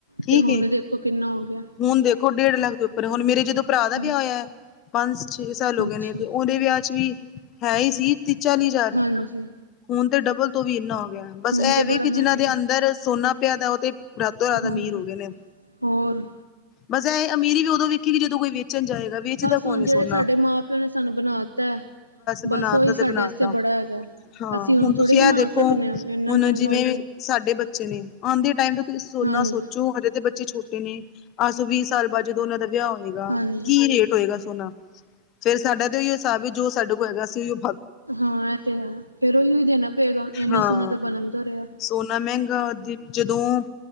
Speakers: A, on the left; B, on the left.
A: ਠੀਕ
B: ਤੇ ਹੁਣ
A: ਏ
B: ਦੇਖੋ ਕਿੰਨਾ ਹੋ ਗਿਆ।
A: ਹੁਣ ਦੇਖੋ ਡੇਢ ਲੱਖ ਦੇ ਉਪਰ, ਹੁਣ ਮੇਰੇ ਜਦੋਂ ਭਰਾ ਦਾ
B: ਹਾਂ
A: ਵਿਆਹ ਹੋਇਆ। ਪੰਜ-ਛੇ ਸਾਲ ਹੋ ਗਏ
B: ਅੱਛਾ
A: ਨੇ ਤੇ ਉਹਦੇ ਵਿਆਹ ਚ ਵੀ ਹੈ ਹੀ ਸੀ। ਤੀਹ-ਚਾਲੀ ਹਜ਼ਾਰ।
B: ਹਾਂਜੀ
A: ਹੁਣ ਤੇ ਡਬਲ ਤੋਂ ਵੀ ਇੰਨਾ ਹੋ ਗਿਆ। ਬਸ
B: ਹੁਣ
A: ਇਹ
B: ਤੇ
A: ਵੀ
B: ਬੜਾ
A: ਕਿ
B: ਮਹਿੰਗਾ
A: ਜਿਨਾਂ ਦੇ ਅੰਦਰ ਸੋਨਾ ਪਿਆ ਦਾ। ਉਹ ਤੇ ਰਾਤ ਤੋਂ ਰਾਤ
B: ਹਾਂ
A: ਅਮੀਰ ਹੋ ਗਏ ਨੇ।
B: ਹੋਰ
A: ਬਸ ਐ ਅਮੀਰ ਵੀ ਉਦੋਂ ਵੇਖੀ ਕਿ ਜਦੋਂ ਕੋਈ ਵੇਚਣ ਜਾਏਗਾ। ਵੇਚਦਾ ਕੌਣ
B: ਹਾਂ,
A: ਏ
B: ਜਿਹੜੇ
A: ਸੋਨਾ
B: ਸਾਡੇ ਮਾਂ-ਪਿਓ ਨੇ ਸਾਨੂੰ ਬਣਾਤਾਂ। ਬਸ
A: ਬਣਾ
B: ਉਹੀ
A: ਤਾ
B: ਸਾਡੇ
A: ਤੇ ਬਣਾ
B: ਵਾਸਤੇ
A: ਤਾ
B: ਬੜਾ ਹੈਗਾ।
A: ਹਾਂ।
B: ਅਸੀਂ
A: ਹੁਣ
B: ਥੋੜ੍ਹੀ
A: ਤੁਸੀਂ
B: ਬਣਾ
A: ਇਹ ਦੇਖੋ,
B: ਸਕਦੇ ਹਾਂ ਇੰਨਾ
A: ਹੁਣ
B: ਮਹਿੰਗਾ
A: ਜਿਵੇਂ
B: ਹੋ ਗਿਆ
A: ਸਾਡੇ ਬੱਚੇ ਨੇ, ਆਂਦੇ ਟਾਈਮ ਤੋਂ ਸੋਨਾ
B: ਹਾਂਜੀ
A: ਸੋਚੋ ਹਜੇ ਤੇ ਬੱਚੇ ਛੋਟੇ ਨੇ। ਅੱਜ ਤੋਂ ਵੀਹ ਸਾਲ ਬਾਅਦ ਜਦੋਂ ਉਹਨਾਂ ਦਾ ਵਿਆਹ ਹੋਏਗਾ।
B: ਹਾਂਜੀ
A: ਕੀ ਰੇਟ ਹੋਏਗਾ। ਸੋਨਾ ਫੇਰ ਸਾਡਾ ਤਾਂ ਉਹੀ ਹਿਸਾਬ ਹੀ ਜੋ ਸਾਡੇ ਕੋਲ ਹੈਗਾ ਸੀ। ਉ
B: ਹਾਂ। ਇਹ ਤੇ ਹੈ। ਫੇਰ ਉਹੀਓ ਦੇਣਾ ਪਏਗਾ। ਇੰਨਾ
A: ਹਾਂ
B: ਸੋਨਾ ਤਾਂ ਬਣਨ ਤੋਂ ਰਿਹਾ।
A: ਸੋਨਾ ਮਹਿੰਗਾ, ਜਦੋਂ